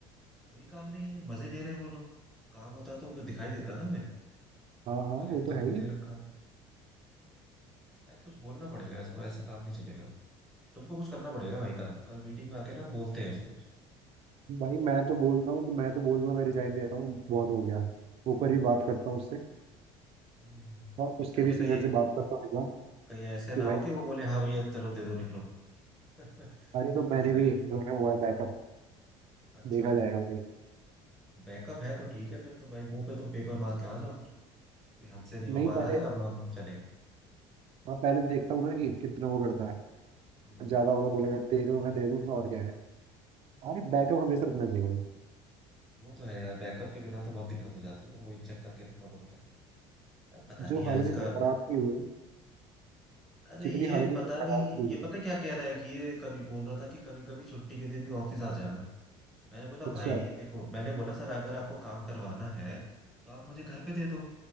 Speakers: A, in the centre; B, on the right (about 50°).
A: कोई काम नहीं है मजे ले रहे हैं वो लोग काम होता तो कुछ दिखाई देता ना हमें
B: हाँ हाँ
A: प्रोजेक्ट
B: वो
A: तो
B: तो
A: हमें
B: है ही
A: दे रखा है। यार कुछ बोलना पड़ेगा इसको ऐसे काम नहीं चलेगा तुमको कुछ करना पड़ेगा भाई कल कल मीटिंग में आके ना बोलते हैं उसको कुछ
B: भाई मैं तो बोल रहा हूँ कि मैं तो बोल रहा हूँ मैं रिजाइन दे रहा हूँ बहुत हो गया ऊपर भी बात करता हूँ उससे
A: हम्म।
B: और उसके
A: अरे
B: भी सीनियर
A: कहीं
B: से बात करता हूँ एक बार
A: कहीं ऐसे ना
B: कि भाई
A: हो कि वो बोले हाँ भैया चलो दे दो निकलो <laughs>
B: अरे तो
A: दिक्कत
B: मैंने
A: हो जाएगी
B: भी रखा हुआ है बैकअप
A: अच्छा
B: देखा जाएगा भाई
A: बैकअप है तो ठीक है फिर तो भाई मुंह पे तुम पेपर मार के आ जाओ फिर कि हमसे नहीं
B: नहीं
A: हो पा रहा
B: पहले
A: है अब हम चले
B: हाँ पहले देखता हूँ ना कि कितना वो करता है
A: हम्म
B: ज्यादा होगा बोलेगा दे दूंगा दे दूंगा और क्या है अरे बैकअप हमेशा रखना चाहिए भाई
A: वो तो है यार बैकअप के बिना तो बहुत दिक्कत हो जाती है ना वही चेक करके रखना पड़ता है अब पता
B: जो
A: नहीं यार
B: हालत
A: इसका
B: इसमें खराब की हुई है,
A: अरे
B: जितनी
A: ये
B: हालत
A: पता
B: इसमें
A: नहीं
B: खराब की हुई
A: ये पता
B: है।
A: क्या कह रहा है कि ये कभी बोल रहा था कि कभी कभी छुट्टी के दिन भी ऑफिस आ जाना मैंने बोला
B: अच्छा
A: भाई देखो मैंने बोला सर अगर आपको काम करवाना है तो आप मुझे घर पे दे दो